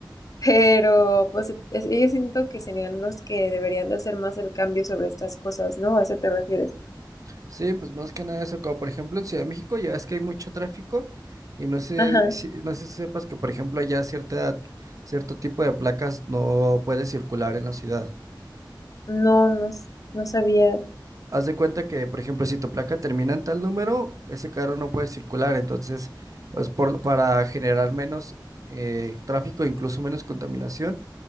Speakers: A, on the left (about 45°); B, on the right (about 45°).
A: Pero pues e, es- ellos siento que serían los que deberían de hacer más el cambio sobre estas cosas, ¿no? ¿A eso te refieres?
B: Sí, pues más que nada eso, como por ejemplo en Ciudad de México ya es que hay mucho tráfico y no sé
A: Ajá.
B: si, no sé si sepas que por ejemplo allá cierta, cierto tipo de placas no puede circular en la ciudad.
A: No, no, s- no sabía.
B: Haz de cuenta que por ejemplo si tu placa termina en tal número, ese carro no puede circular, entonces pues por, para generar menos eh, tráfico, incluso menos contaminación,